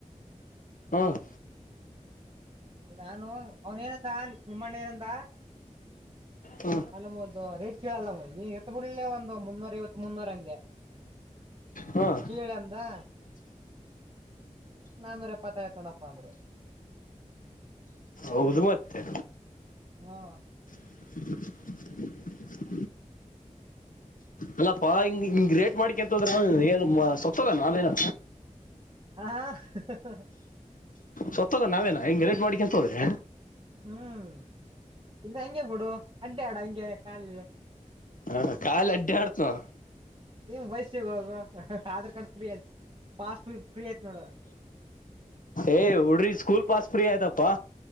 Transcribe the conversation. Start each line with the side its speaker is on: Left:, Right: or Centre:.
Left: ಹಾ-
Right: ನಾನು ಅವನ ಏನಂದ ನಿಮ್ಮಣ್ಣ ಏನಂದ
Left: ಹ
Right: ಅಲ್ಲಮ್ಮ ಒಂದು ರೇಟ್ ಕೇಳಲ್ಲ ಮ ನೀ ಎತ್ ಬಿಡ್ಳ್ಳಲೆ ಒಂದು ಮುನ್ನೂರ ಐವತ್ ಮುನ್ನೂರ ಅಂದೆ
Left: ಹ್ಮ್
Right: ಕೇಳ ಅಂದಾ... ನಾನೂರ ಎಪ್ಪತ್ತಾಯತ ನೋಡಪ್ಪ ಅಂದ್ರ
Left: ಹೌದು ಮತ್ತೆ
Right: ಹ್ಮಾ....
Left: <inaudible> ಅಲ್ಲಾಪ್ಪಾ ಹಿಂಗ ಹಿಂಗ ರೇಟ್ ಮಾಡಿಕಂತ.. ಸತೋದ್ರ ಏನು ಮಾ ಸೊ.. ಸತ್ತೋಗ ನಾವೇನೇ
Right: ಆ ಆ.. <unintelligible> ಹಾ
Left: ಸತ್ತುಹೋದ ನಾವೇನ ಹಿಂಗ ನೆಗ್ಲೆಟ್ ಮಾಡಿಕ ಅಂತ ಹೋದ್ರೆ
Right: ಹ್ಮ್ ಇ ಹಂಗೆ ಬಿಡು ಅಡ್ಯಾಡ್ ಹಂಗೆ ಕಾಲಲಿ
Left: ಹ ಕಾಲೇ ಆಡ್ಯಾಡ್ತಿನೋ
Right: ನೀನ್ ಬಯಸ್ಸಗ ಹೋಗುವ ಆಧಾರ್ ಕಾರ್ಡ್ ಫ್ರೀ ಅ ಪಾಸ್ ಫ್ರೀ.. ಫ್ರೀ ಆಯ್ತ್ ನೋಡ
Left: ಏಯ್ ಹುಡ್ರಿಗೆ ಸ್ಕೂಲ್ ಪಾಸ್ ಫ್ರೀ ಆದಾಪ್ಪಾ